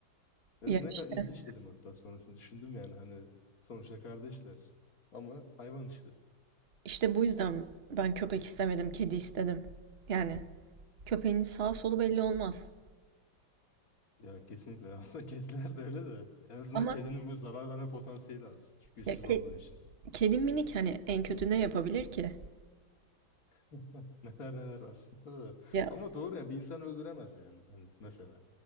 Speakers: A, on the left (about 50°); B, on the right (about 40°).
A: Dedim
B: Ya
A: ne
B: işte,
A: kadar ilginç dedim hatta sonrasında düşündüm yani hani sonuçta kardeşler. Ama hayvan işte.
B: işte bu yüzden ben köpek istemedim, kedi istedim. Yani köpeğin sağ solu belli olmaz.
A: Ya kesinlikle. <laughs> Aslında kediler de öyle de. En azından
B: Ama
A: kedinin bu zarar verme potansiyeli az. Çünkü güçsüz
B: ya ke-
A: olduğu için.
B: kedi minik hani en kötü ne yapabilir ki?
A: <laughs> Neler neler aslında da.
B: Ya.
A: Ama doğru yani bir insan öldüremez yani hani mesela.